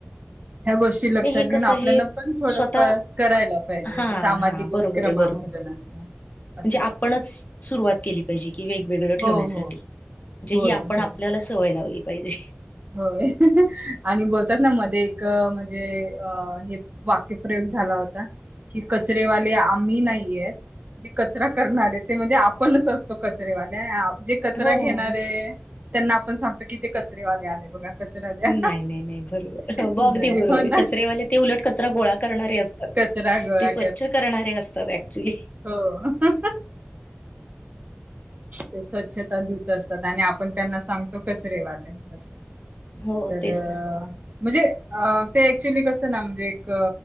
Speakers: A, on the right; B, on the left.
A: ह्या गोष्टी लक्षात
B: नाही हे
A: घेऊन
B: कसं
A: आपल्याना
B: हे
A: पण थोडंफार
B: स्वतः
A: करायला पाहिजे
B: हा
A: असं सामाजिक
B: हा
A: उपक्रमामधून
B: बरोबर आहे बरोबर
A: असं असं
B: म्हणजे आपणच सुरुवात केली पाहिजे की वेगवेगळ ठेवण्यासाठी
A: हो हो
B: म्हणजे
A: होय
B: ही आपण
A: होय
B: आपल्याला सवय लावली पाहिजे
A: होय आणि बोलतात ना मध्ये एक म्हणज - जे अ हे वाक्य प्रयोग झाला होता कि कचरेवाले आम्ही नाहीयेत जे कचरा करणारे ते म्हणजे आपणच असतो कचरेवाले जे कचरा
B: हो
A: घेणारे त्यांना आपण सांगतो की ते कचरेवालेे आले बघा कचरा द्या
B: नाही नाही नाही बरोबर
A: नाही
B: ब अगदी बरोबर
A: हो ना
B: कचरेवाले ते उलट कचरा गोळा करणारे असतात
A: कचरा गोळा
B: ते स्वच्छ करणारे असतात ऍक्च्युली
A: हो <unintelligible> ते स्वच्छ तादूत असतात आणि आपण त्यांना सांगतो कचरेवाले असं
B: हो
A: तर
B: तेच ना
A: म्हणजे ते ऍक्च्युली कसं ना म्हणजे एक